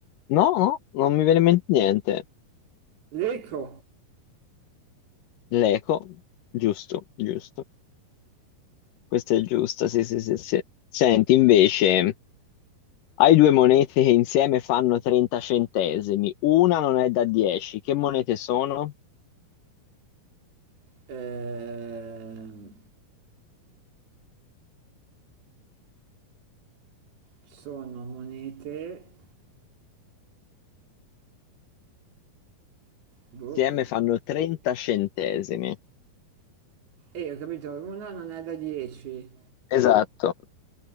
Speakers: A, on the left (about 70°); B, on the right (about 75°).
A: No, no, non mi viene in mente niente.
B: L'eco.
A: L'eco, giusto, giusto. Questo è giusto, sì, sì, sì, sì. Senti, invece, hai due monete che insieme fanno 30 centesimi. Una non è da 10. Che monete sono?
B: Ehm, sono monete. Boh,
A: Insieme
B: perché-
A: fanno 30 centesimi.
B: eh, ho capito, una non è da 10
A: Esatto.